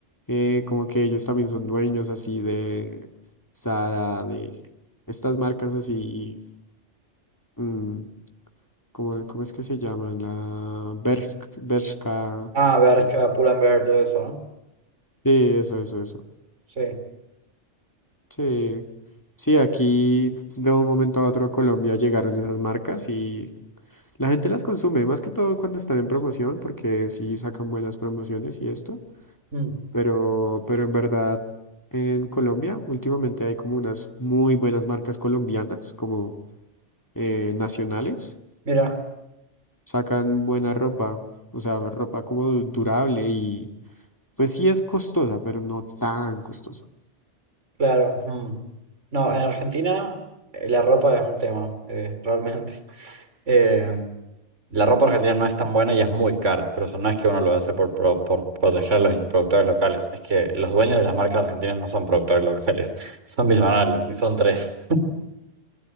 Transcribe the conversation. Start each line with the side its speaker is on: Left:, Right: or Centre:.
Left: eh, como que ellos también son dueños así de Zara, de estas marcas así, mm, ¿cómo, cómo es que se llaman? La Berk- Bershka.
Right: Ah, Bershka,
Left: las-
Right: Pull&Bear, todo eso, ¿no?
Left: Sí, eso, eso, eso.
Right: Sí.
Left: Sí, sí, aquí de un momento a otro a Colombia llegaron esas marcas y la gente las consume, más que todo cuando están en promoción, porque sí sacan buenas promociones y esto,
Right: Mm.
Left: pero, pero en verdad en Colombia últimamente hay como unas muy buenas marcas colombianas, como eh, nacionales,
Right: Mira,
Left: sacan buena ropa, o sea, ropa como du- durable y pues sí es costosa, pero no tan costosa.
Right: claro. mm. No, en Argentina eh, la ropa es un tema, eh, <laughs> realmente. Eh, la ropa argentina no es tan buena y es muy cara, pero eso no es que uno lo hace por, pro- por proteger a los productores locales, es que los dueños de las marcas argentinas no son productores locales, son millonarios y son tres.